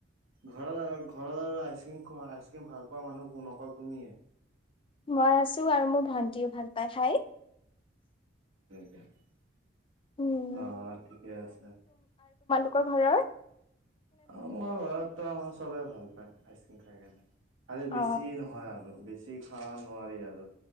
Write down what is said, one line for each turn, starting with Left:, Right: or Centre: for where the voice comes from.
Right: ঘৰত ঘৰত আৰু আইচক্ৰীম খোৱা আইচক্ৰীম ভাল পোৱা মানুহো নকল তুমিয়ে
Left: মই আছো আৰু মোৰ ভাল ও ভাল পায় খাই
Right: <inaudible>
Left: উম
Right: আহ ঠিকেই আছে
Left: ত ঘৰত
Right: অঁ ত আমাৰ চবেই ভাল পায় আইচক্ৰ্ৰীম খাই কেনে খালে
Left: অ
Right: বেছি নহয় আৰু বেছি বেছি খাব নোৱাৰি আৰু